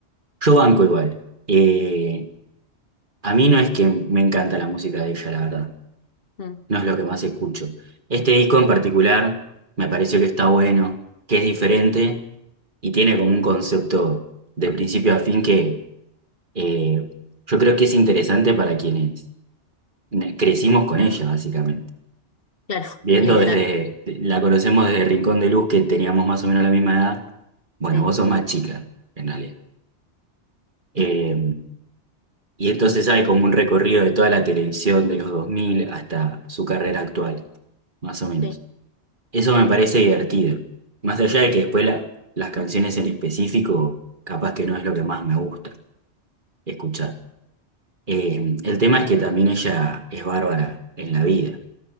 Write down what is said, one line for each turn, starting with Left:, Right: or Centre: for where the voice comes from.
Right: yo banco igual. Eh, a mí no es que me encanta la música de ella, la verdad.
Left: Mm,
Right: No es lo que más escucho. Este disco en particular me pareció que está bueno, que es diferente y tiene como un concepto de principio a fin que eh, yo creo que es interesante para quienes ne- crecimos con ella, básicamente.
Left: Claro, <laughs>
Right: Viendo
Left: literal.
Right: desde, la conocemos desde Rincón de Luz, que teníamos más o menos la misma edad. Bueno,
Left: Sí,
Right: vos sos más chica, en realidad. Eh, y entonces hay como un recorrido de toda la televisión de los 2000 hasta su carrera actual, más o menos.
Left: sí.
Right: Eso me parece divertido. Más allá de que después la- las canciones en específico, capaz que no es lo que más me gusta escuchar. Eh, el tema es que también ella es bárbara en la vida.